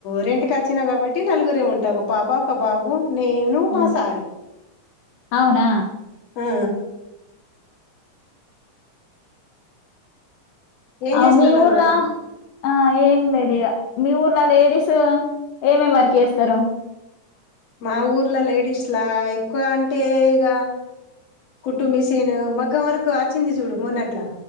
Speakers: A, on the left; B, on the left.
A: రెంట్కి వచ్చినా కాబట్టి నలుగురే ఉంటావు ఒక పాప ఒక బాబు నేను మా
B: ఉమ్
A: సారు
B: అవునా
A: ఆ ఏం
B: అ
A: చేస్తున్నారు
B: మీ ఊర్లా
A: మరి
B: ఆ ఏం లేదు ఇగ మీ ఊర్ల లేడీస్ ఏమేమి వర్క్ చేస్తారు
A: మా ఊర్లా లేడీస్లా ఎక్కువ అంటే ఇగ కుట్టు మీసేను మగ్గం వరకు ఆచ్చింది చూడు మొన్నట్లా